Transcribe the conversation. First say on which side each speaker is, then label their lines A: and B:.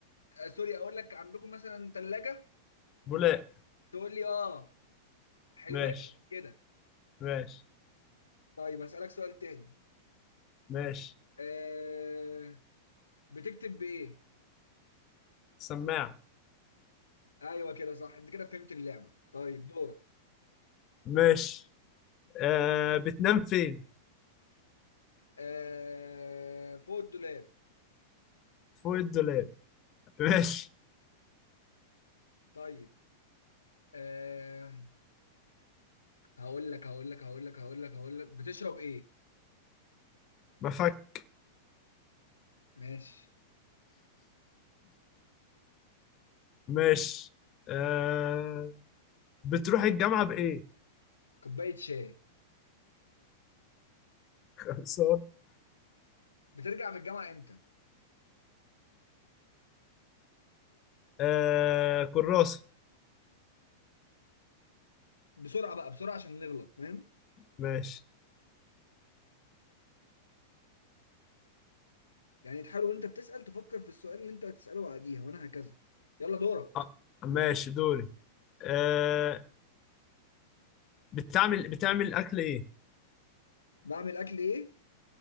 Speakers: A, on the left; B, on the left.
A: آه، سوري اقول لك عندكم مثلا ثلاجه
B: بولاق
A: تقول لي اه حلوة
B: ماشي
A: كده
B: ماشي
A: طيب اسالك سؤال تاني
B: ماشي
A: أه بتكتب بايه
B: سماعة
A: ايوه كده صح انت كده فهمت اللعبه طيب دورك
B: ماشي آه بتنام فين
A: أه فوق الدولاب
B: فوق الدولاب ماشي
A: طيب أه هقول لك هقول لك هقول لك هقول لك هقول لك بتشرب ايه
B: مفك
A: ماشي
B: ماشي آه بتروح الجامعة بإيه؟
A: كوبايه شاي
B: <laughs> صار
A: بترجع من الجامعه امتى
B: آه كراسة
A: بسرعه بقى بسرعه عشان نغلط فاهم
B: ماشي
A: يعني تحاول وانت بتسال تفكر في السؤال اللي انت هتساله بعديها وانا هكذا يلا دورك
B: آه. ماشي دوري آه. بتعمل بتعمل اكل ايه
A: بعمل اكل ايه